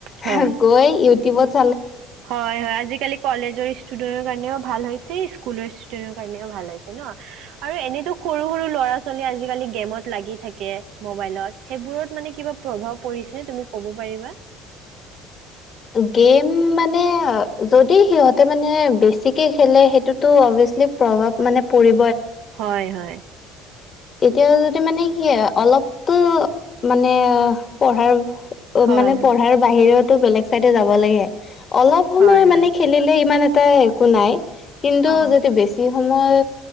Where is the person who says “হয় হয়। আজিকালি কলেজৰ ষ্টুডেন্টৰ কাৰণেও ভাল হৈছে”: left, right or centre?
Right